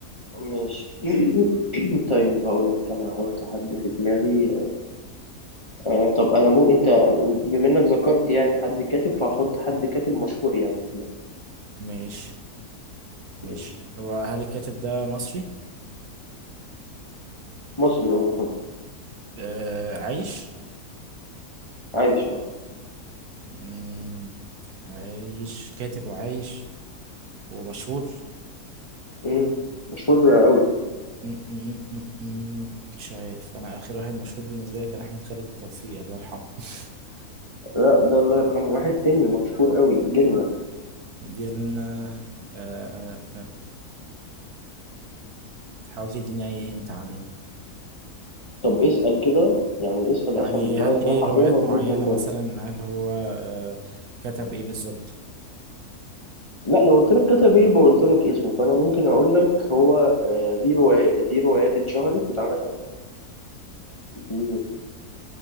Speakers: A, on the left; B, on the right.
A: ماشي <clears throat> طيب هقول لك انا هحط حد في دماغي آه طب انا مو انت بما انك ذكرت يعني حد كاتب فهحط حد كاتب مشهور يعني في دماغي
B: ماشي ماشي
A: ماشي
B: هو هل الكاتب ده مصري
A: مصري اه طبعا
B: آه عايش
A: عايش اه
B: مم، عايش كاتب وعايش ومشهور
A: مم، مشهور قوي
B: مم، مم، مم، مم، مش عارف انا اخر واحد مشهور بالنسبة لي كان احمد خالد توفيق الله يرحمه <laughs>
A: لا ده الله يرحمه واحد تاني مشهور قوي جيلنا
B: جيلنا آه، آه، آه. حاول تديني أي هنت عنه
A: طب اسأل كده يعني اسأل
B: يعني
A: افهم دماغك
B: هل ليه
A: رايحة
B: روايات
A: فين واديك
B: معينة
A: انت
B: مثلا هل هو آه، كتب إيه بالظبط
A: لا لو قلت لك كتب ايه بقولت لك اسمه فانا ممكن اقول لك هو آه ليه روايات ليه روايات اتشهرت واتعملت افلام دي